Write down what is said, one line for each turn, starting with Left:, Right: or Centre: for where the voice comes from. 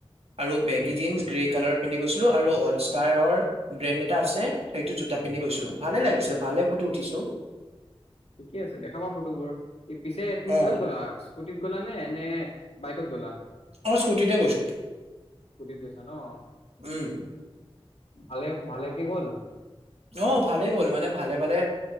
Right: আৰু
Left: উম,
Right: বেগী জীন্স গ্ৰে কালাৰ পিন্ধি গৈছিলোঁ আৰু অলষ্টাৰৰ ব্ৰেণ্ড এটা আছে সেই সেইটো জোতা পিন্ধি গৈছিলোঁ,
Left: উম।
Right: ভালে লাগিছে ভালে ফটো উঠিছোঁ।
Left: ঠিকে আছে দেখাবা ফটোবোৰ, এই পিছে তুমি
Right: অ
Left: কিহত গলা স্কুটিত গ'লা নে, নে বাইকত গ'লা।
Right: অ স্কুটিতে গৈছো
Left: স্কুটিত গৈইছা ন'
Right: উম
Left: ভালে ভালে কি গ'ল।
Right: অহ, ভালে গ'ল মানে ভালে-ভালে